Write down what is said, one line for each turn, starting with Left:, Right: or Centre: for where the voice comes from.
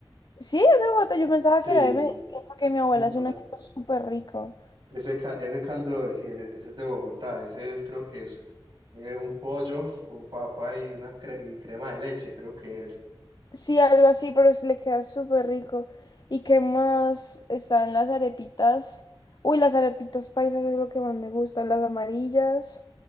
Left: Sí, es de Bogotá, yo pensaba
Right: Sí,
Left: que era de Medellín porque mi abuela
Right: no,
Left: hace un ajiaco súper rico.
Right: Ese, ca- ese caldo, sí, e, ese es de Bogotá, ese es, creo que es eh, un pollo con papa y una cre- y crema de leche, creo que es.
Left: Sí, algo así, pero s- le queda súper rico. ¿Y qué más? Están las arepitas. Uy, las arepitas paisas es lo que más me gustan, las amarillas.